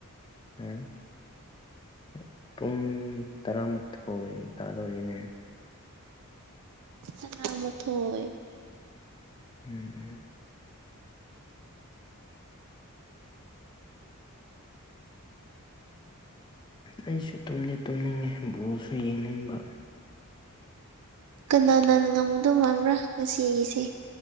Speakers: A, on the left; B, on the right.
A: ꯑꯣ ꯄꯨꯡ ꯇꯔꯥꯃꯥꯊꯣꯏ ꯇꯥꯗꯧꯔꯤꯅꯦ
B: ꯁꯅꯥꯃꯊꯣꯏ
A: ꯎꯝ ꯎꯝ ꯑꯩꯁꯨ ꯇꯨꯝꯂ ꯇꯨꯝꯅꯤꯡꯉꯦ ꯕꯣꯜꯁꯨ ꯌꯦꯡꯅꯤꯡꯕ
B: ꯀꯅꯥ ꯅꯥꯟꯅ ꯉꯝꯃꯨꯗꯧ ꯃꯥꯕ꯭ꯔꯥ ꯉꯁꯤꯒꯤꯁꯦ